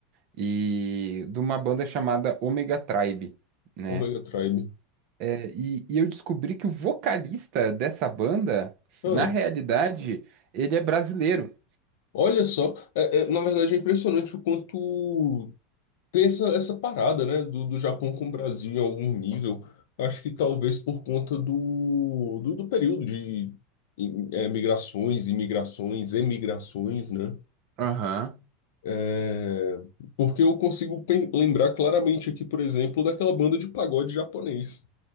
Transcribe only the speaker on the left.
Omega Tribe.
Ah,
olha só, é, é, na verdade é impressionante o quanto tem essa, essa parada, né, do, do Japão com o Brasil em algum nível. Acho que talvez por conta do, do, do período de em- eh, migrações, imigrações, emigrações, né?
É, porque eu consigo pen- lembrar claramente aqui, por exemplo, daquela banda de pagode japonês,